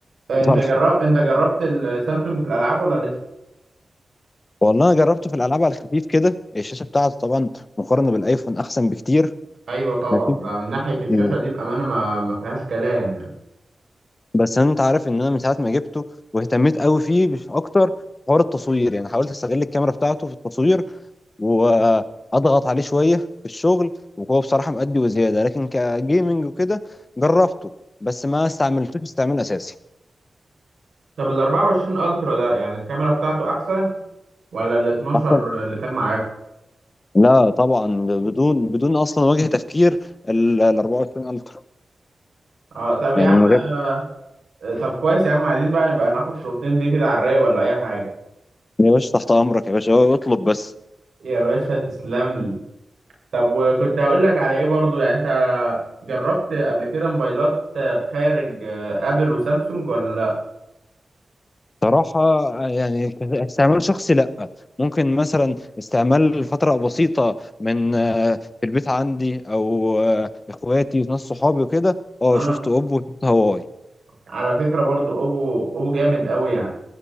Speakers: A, on the right (about 75°); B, on the left (about 35°).
A: آه، انت
B: لصالحه
A: جرب انت جربت السامسونج في الالعاب ولا لسه
B: والله انا جربته في الالعاب على الخفيف كده الشاشة بتاعته طبعا مقارنة بالايفون احسن بكتير
A: ايوه طبعا
B: ماشي
A: لا من ناحيه الشاشه
B: مم.
A: دي بامانه ما ما فيهاش كلام يعني
B: بس انت عارف ان انا من ساعة ما جبته واهتميت قوي فيه بش- اكتر حوار التصوير يعني حاولت استغل الكاميرا بتاعته في التصوير واضغط عليه شويه في الشغل وهو بصراحه مأدي وزياده لكن كجيمنج وكده جربته بس ما استعملتوش استعمال اساسي
A: طب ال 24 الترا ده يعني الكاميرا بتاعته احسن ولا ال 12
B: أحسن.
A: اللي كان معاك
B: لا طبعا بدون بدون اصلا وجه تفكير ال ال 24 الترا
A: اه طب يا
B: يعني
A: عم
B: من
A: آه،
B: غير
A: طب كويس يا عم عايزين بقى نبقى ناخد صورتين دي كده على الرايق ولا اي حاجه
B: يا باشا تحت امرك يا باشا هو اطلب بس
A: يا باشا تسلم لي طب وكنت هقول لك على ايه برضو يعني انت جربت قبل كده موبايلات آه، خارج آه، ابل وسامسونج ولا لا
B: صراحة يعني استعمال شخصي لا ممكن مثلا استعمال لفترة بسيطة من آه، في البيت عندي او آه، اخواتي وناس صحابي وكده اه
A: اه
B: شفت اوبو وشفت هواوي
A: على فكره برضو اوبو اوبو جامد قوي يعني